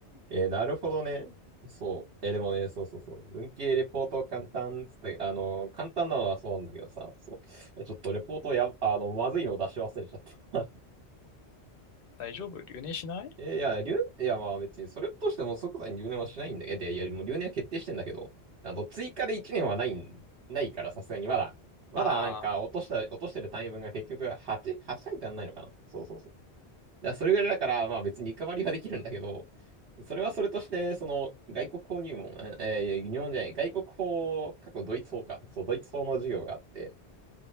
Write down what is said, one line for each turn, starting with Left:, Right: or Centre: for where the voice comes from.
Right: えー、なるほどね。そう。えー、でもね、そうそうそう。文系レポート簡単っつって、あのー、簡単なのはそうなんだけどさ、そう。ちょっとレポートや、あの、まずいの出し忘れちゃった。
Left: 大丈夫留年しない
Right: えいや、留、いや、まあ別に、それとしても即座に留年はしないんだけど、いや、もう留年は決定してんだけど、あの、追加で1年はないん、ないから、さすがに、まだ、まだなんか、
Left: ああ
Right: 落とした、落としてる単位分が結局8、8単位足んないのかな。そうそうそう。だからそれぐらいだから、まあ別にリカバリーはできるんだけど、それはそれとして、その、外国法入門、ええー、入門じゃない、外国法、過去ドイツ法か。そう、ドイツ法の授業があって、